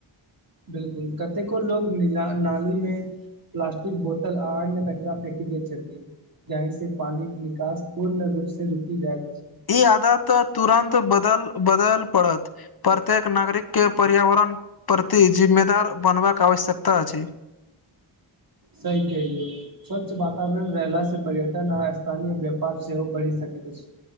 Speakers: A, on the right; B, on the left.
A: बिल्कुल कतेको लोक नीला नाली मे प्लास्टिक बोतल आ अन्य कचरा फेकि दैत छथिन जहिसँ पानीे निकास पूर्ण रूप से रुकी जाइत अछि
B: ई आदत तुरन्त बदल बदल पड़त प्रत्येक नागरिकके पर्यावरण के प्रति जिम्मेदार बनबाक आवश्यकता अछि
A: सही कहलियौ स्वच्छ वातावरण रेहला से पर्यटन आ स्थानीय व्यापार सेहो बढ़ि सकैत अछि